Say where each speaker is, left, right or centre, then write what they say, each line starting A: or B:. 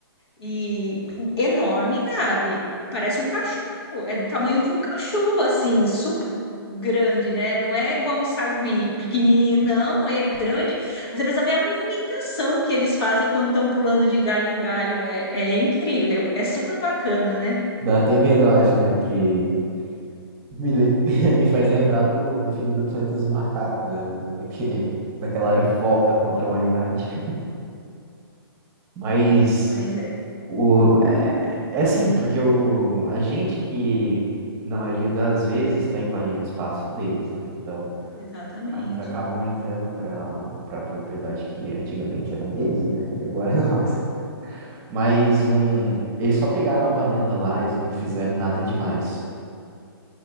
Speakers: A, on the left (about 75°); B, on the right (about 20°).
A: E enorme, Gabi. Parece um cachorro. É do tamanho de um cachorro, assim, super grande, né? Não é igual um sagui pequenininho, não. É grande. Aí Você precisa ver a movimentação que eles fazem quando estão pulando de galho em galho. É, é incrível. É super bacana, né?
B: dá até medo, eu acho, né? Que me, le- <laughs> me faz lembrar do, do filme do Planeta dos Macacos, né? Daquele, daquela revolta contra a humanidade. Mas
A: Mas é,
B: O, é, é sim, porque o, a gente que, na maioria das vezes, está invadindo o espaço deles, né? Então,
A: exatamente.
B: ah, eles acabam entrando para para propriedade que antigamente era deles, né? E agora é <laughs> nossa. Mas não, eles só pegaram a banana lá, eles não fizeram nada demais.